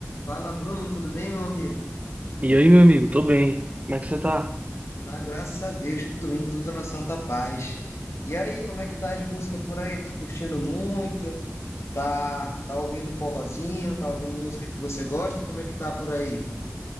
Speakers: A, on the left (about 65°); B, on the right (about 30°).
A: Fala, Bruno, tudo bem, meu amigo?
B: E aí, meu amigo, tô bem. Como é que você tá?
A: Tá, graças a Deus, tudo indo, tudo na santa paz. E aí, como é que tá as músicas por aí? Tá curtindo muito? Tá, tá ouvindo forrozinho? Tá ouvindo música que você gosta? Como é que tá por aí?